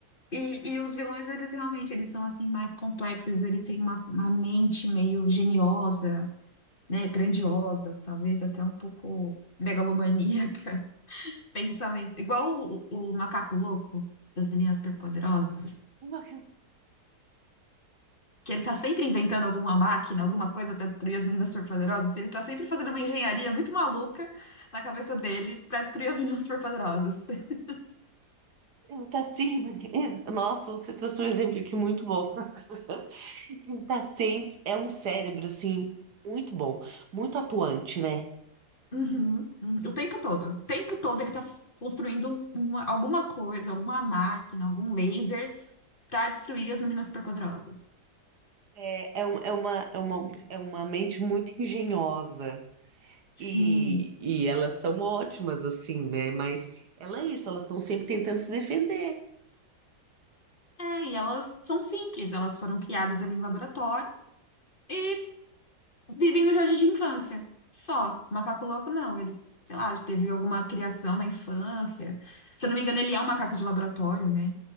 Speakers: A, on the left (about 30°); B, on the right (about 70°).
A: E, e os vilões, eles realmente, eles são, assim, mais complexos, ele tem uma, uma mente meio geniosa, né, grandiosa, talvez até um pouco megalomaníaca. Pensamento. Igual o, o macaco louco das meninas superpoderosas,
B: <laughs> uma
A: que ele tá sempre inventando alguma máquina, alguma coisa pra destruir as meninas superpoderosas, e ele tá sempre fazendo uma engenharia muito maluca na cabeça dele pra destruir as meninas superpoderosas. <laughs>
B: Ele tá sempre. <laughs> Nossa, você trouxe um exemplo aqui muito bom. <laughs> Ele tá sempre. É um cérebro, assim, muito bom, muito atuante, né?
A: Uhum, uhum. O tempo todo. O tempo todo ele tá construindo uma- alguma coisa, alguma máquina, algum laser pra destruir as meninas superpoderosas.
B: É, é, um- é uma, é uma, é uma mente muito engenhosa.
A: Sim.
B: E, e elas são ótimas, assim, né? Mas ela é isso, elas estão sempre tentando se defender.
A: É, e elas são simples, elas foram criadas ali em laboratório. E vivem no jardim de infância. Só. Macaco louco, não. Ele, sei lá, teve alguma criação na infância. Se eu não me engano, ele é um macaco de laboratório, né?